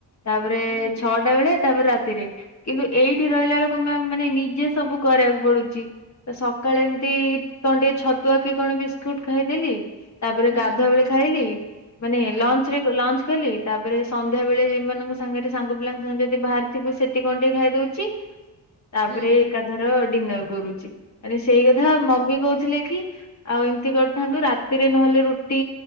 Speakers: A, on the left; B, on the right.
A: ତାପରେ
B: ହୁଁ
A: ଛଅଟା ବେଳେ ତାପରେ ରାତିରେ କିନ୍ତୁ ଏଇଠି ରହିଲା ବେଳକୁ ମ୍ୟାମ୍ ମାନେ ନିଜେ ସବୁ କରିବାକୁ ପଡୁଛି। ତ ସକାଳେ ଏମିତି କଣ ଟିକେ ଛତୁଆ କି କଣ ବିସ୍କୁଟ ଖାଇଦେଲି ତାପରେ
B: ହୁଁ
A: ଗାଧୁଆ ବେଳେ ଖାଇଲି ମାନେ
B: ହୁଁ
A: ଲଞ୍ଚ ରେ ଲଞ୍ଚ କଲି ତାପରେ ସନ୍ଧ୍ୟା ବେଳେ ଏମାନଙ୍କ ସାଙ୍ଗରେ ସାଙ୍ଗ ପିଲାଙ୍କ ସାଙ୍ଗେ ଯଦି ବାହାରିଥିବି ସେଠି କଣ ଟିକେ ଖାଇଦଉଚି। ତାପରେ
B: ହୁଁ
A: ଏକାଥର ଡିନର କରୁଛି ମାନେ ସେଇ କଥା ମମି କହୁଥିଲେ କି ଆଉ ଏମିତି କରିଥାନ୍ତୁ ରାତିରେ ନହେଲେ ରୁଟି